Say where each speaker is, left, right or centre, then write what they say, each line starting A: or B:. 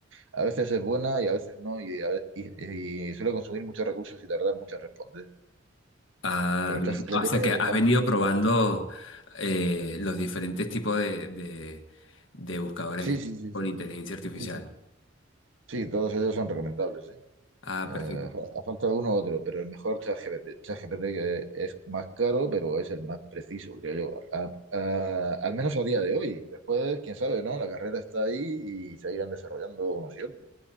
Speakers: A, on the right (about 80°); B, on the left (about 75°).
A: a veces es buena y a veces no, y, a ve- y- y suele consumir muchos recursos y tardar mucho en responder.
B: Ah,
A: Pero
B: bien.
A: ChatGPT
B: O sea que has
A: está
B: venido probando eh, los diferentes tipos de, de- de buscadores
A: Sí, sí, sí,
B: con
A: sí,
B: inteligencia artificial.
A: sí, sí. Sí, todos ellos son recomendables, ¿eh?
B: Ah,
A: Eh,
B: perfecto.
A: ha faltado uno u otro, pero el mejor ChatGPT. ChatGPT que es más caro, pero es el más preciso, creo yo. A- a- al menos a día de hoy. Después, quién sabe, ¿no? La carrera está ahí y se irán desarrollando unos y otros.